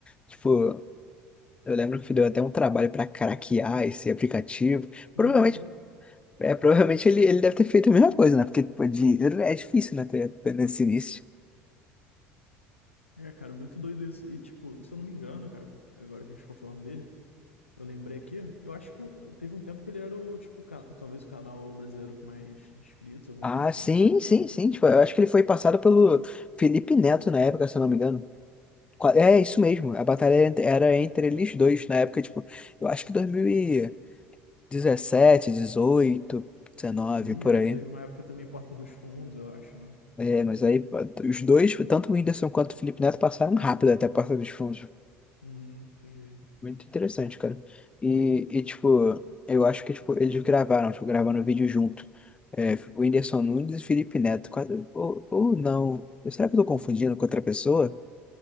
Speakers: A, on the left; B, on the left.
A: Tipo, eu lembro que deu até um trabalho para craquear esse aplicativo.
B: E,
A: Provavelmente, é, provavelmente ele, ele deve ter feito a mesma coisa, né? Porque pô, dinheiro é difícil, né? ter- ter Nesse início.
B: é, cara, muito doido isso. E, tipo, se eu não me engano, cara, agora que a gente ficou falando dele. Eu lembrei aqui, eu acho que o- teve um tempo que ele era o, tipo, ca- talvez o canal brasileiro com mais inscritos, alguma
A: Ah,
B: coisa assim.
A: sim, sim, sim. Tipo, eu acho que ele foi passado pelo Felipe Neto na época, se eu não me engano. Qua- É isso mesmo. A batalha era entre era entre eles dois na época, tipo, eu acho que 2017, 18, 19,
B: Sim,
A: por
B: aí
A: aí.
B: teve uma época também Porta dos Fundos, eu acho, né?
A: É, mas aí pô, os dois, tanto o Whindersson quanto o Felipe Neto, passaram rápido até a porta dos fundos.
B: Hum, entendi.
A: Muito interessante, cara. E, e, tipo, eu acho que tipo, eles gravaram, tipo, gravaram o vídeo junto. É, o Whindersson Nunes e Felipe Neto. Quase- Ou, ou não. Será que eu tô confundindo com outra pessoa?